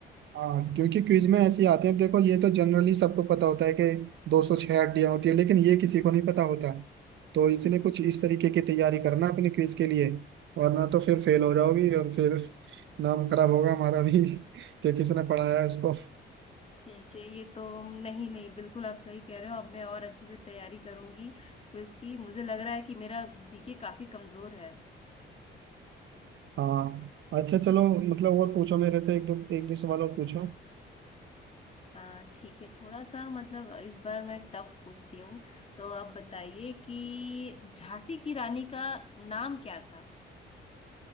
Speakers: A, on the right; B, on the left.
A: हाँ क्योंकि क्विज में ऐसे ही आते हैं देखो ये तो जनरली सबको पता होता है कि दो सौ छह हड्डियां होती है लेकिन ये किसी को नहीं पता होता तो इसलिए कुछ इस तरीके की तैयारी करना अपने क्विज के लिए वरना तो फिर फेल हो जाओगी और फिर नाम खराब होगा हमारा भी <laughs> कि किसने पढ़ाया है उसको
B: ठीक है ये तो हम- नहीं नहीं बिल्कुल आप सही कह रहे हो अब मैं और अच्छे से तैयारी करूंगी क्विज की मुझे लग रहा है कि मेरा जीके काफी कमजोर है
A: हाँ अच्छा चलो मतलब और पूछो मेरे से एक दो एक दो सवाल और पूछो
B: अ, ठीक है थोड़ा सा मतलब इस बार मैं टफ पूछती हूँ तो आप बताइए कि झांसी की रानी का नाम क्या था